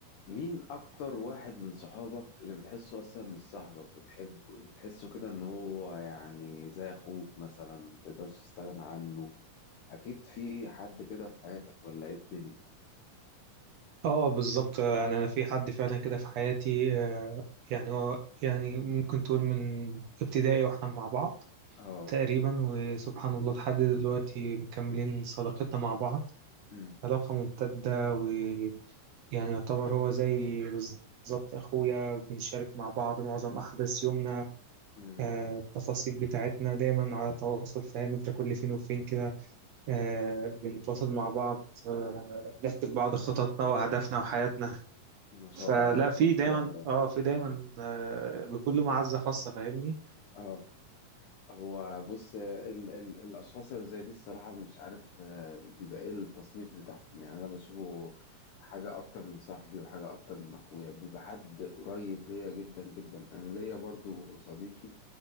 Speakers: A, on the left; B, on the right.
A: مين أكتر واحد من صحابك اللي بتحسه أصلا مش صاحبك بتحب بتحسه كده إن هو يعني زي أخوك مثلا متقدرش تستغنى عنه أكيد في حد كده في حياتك ولا إيه الدنيا؟
B: اه بالظبط يعني انا في حد فعلا كده في حياتي آه، يعني هو يعني ممكن تقول من ابتدائي واحنا مع بعض
A: آه
B: تقريبا وسبحان الله لحد دلوقتي مكملين صداقتنا مع بعض
A: أمم
B: علاقة ممتدة ويعني يعتبر هو زي بالظبط اخويا بنشارك مع بعض معظم احداث يومنا
A: أمم
B: آه، التفاصيل بتاعتنا دايما على تواصل فاهم انت كل فين وفين كده آه، بنتواصل مع بعض بنحكي لبعض خططنا واهدافنا وحياتنا
A: ما شاء
B: فلا
A: الله
B: في
A: ما
B: دايما
A: شاء الله
B: اه في دايما آه بكل معزة خاصة فاهمني
A: آه. هو بص ال ال الأشخاص اللي زي دي الصراحة مش عارف آه، بيبقى إيه التصنيف بتاعهم يعني أنا بشوفه حاجة أكتر من صاحبي وحاجة أكتر من أخويا بيبقى حد قريب ليا جدا جدا أنا ليا برضو صديقي